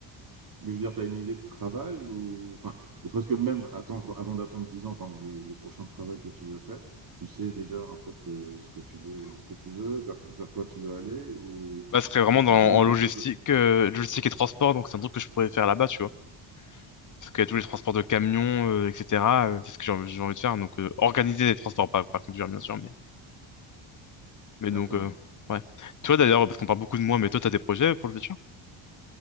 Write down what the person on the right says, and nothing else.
Mais je veux dire, tu as une idée de travail ou. Enfin, ne serait-ce que même attendre, avant d'attendre 10 ans, par exemple, le, le prochain travail que tu veux faire, tu sais déjà en fait euh, ce que tu veux, ce que tu veux, vers, vers quoi tu veux aller, ou,
ou tu
dis, je-
je-
d'accord.